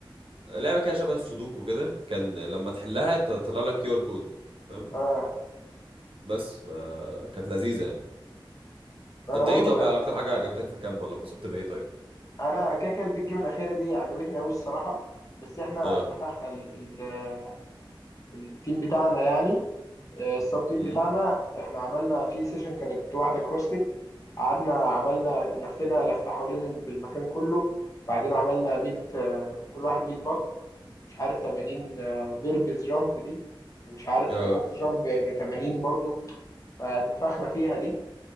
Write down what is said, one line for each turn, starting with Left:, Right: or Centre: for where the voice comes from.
Right: لعبه كده شبه السودوكو كده كان لما تحلها تطلع لك كيو ار كود فاهم
Left: اه
Right: بس فكانت لذيذه يعني
Left: انا
Right: انت
Left: برضو
Right: ايه طب
Left: كان
Right: اكتر حاجه عجبتك في الكامب ولا انبسطت بايه طيب
Left: انا كده كده البيج جيم الاخيرة دي عجبتني قوي الصراحة بس احنا
Right: اه
Left: اتنفخنا ال... ال... آه، التيم بتاعنا يعني آه، السب تيم
Right: امم
Left: بتاعنا احنا عملنا في سيشن كانت واحدة كروسفيت قعدنا عملنا لفينا لفة حوالين المكان كله بعدين عملنا 100 آه، كل واحد 100 بط مش عارف 80 بيربز جامب دي ومش عارف
Right: اه
Left: بوكس جامب 80 برضو فاتنفخنا فيها دي